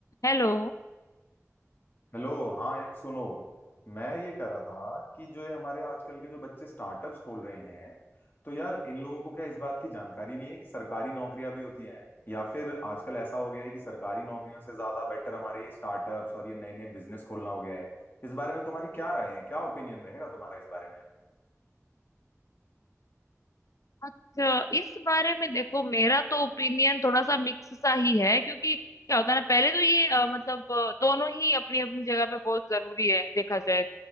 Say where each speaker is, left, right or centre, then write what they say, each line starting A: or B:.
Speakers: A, on the left; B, on the left.
A: Hello
B: Hello हाँ यार सुनो मैं ये कह रहा था कि जो ये हमारे आजकल के जो बच्चे स्टार्टअप्स खोल रहे हैं तो यार इन लोगों को क्या इस बात की जानकारी नहीं है कि सरकारी नौकरियां भी होती हैं या फिर आजकल ऐसा हो गया है कि सरकारी नौकरियों से ज्यादा बेटर हमारे ये स्टार्टअप्स और ये नए नए बिजनेस खोलना हो गया है इस बारे में तुम्हारी क्या राय है क्या ओपिनियन रहेगा तुम्हारा इस बारे में
A: अच्छा इस बारे में देखो मेरा तो ओपिनियन थोड़ा सा मिक्स सा ही है क्योंकि क्या होता है ना पहले तो ये अ, मतलब अ, दोनों ही अपनी अपनी जगह पे बहुत जरूरी है देखा जाए